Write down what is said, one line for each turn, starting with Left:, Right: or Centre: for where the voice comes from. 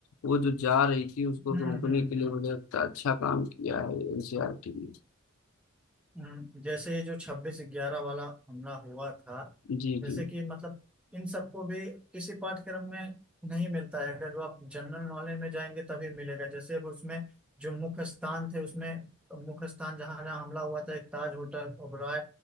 Left: वो जो जा रही थी उसको
Centre: हम्म
Left: रोकने
Centre: हम्म
Left: के लिए
Centre: हम्म
Left: मुझे लगता है अच्छा काम किया है एनसीईआरटी ने
Centre: हम्म, जैसे जो छब्बीस ग्यारह वाला हमला हुआ था
Left: जी
Centre: जैसे
Left: जी
Centre: कि मतलब इन सबको भी किसी पाठ्यक्रम में नहीं मिलता है अगर वो आप जनरल नॉलेज में जाएंगे तभी मिलेगा जैसे अब उसमें जो मुख्य स्थान थे उसमें मुख्य स्थान जहाँ जहाँ हमला हुआ था एक Taj hotel Oberoi